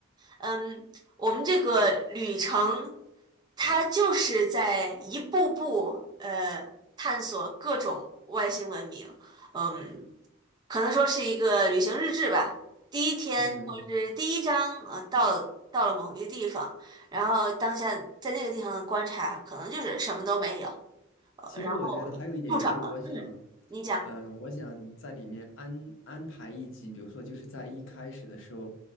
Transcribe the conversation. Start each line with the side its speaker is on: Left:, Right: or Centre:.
Right: 嗯，我们这个旅程，它就是在一步步呃探索各种外星文明。嗯，可能说是一个旅行日志吧。第一天或者是第一章，
Left: 嗯，
Right: 呃，到了到了某一个地方，然后当下在那个地方的观察，可能就是什么都没有，呃，
Left: 其实我觉得还有一点就是，
Right: 然后助长了。
Left: 我想，
Right: 嗯，你讲。
Left: 嗯，我想在里面安安排一集，比如说就是在一开始的时候，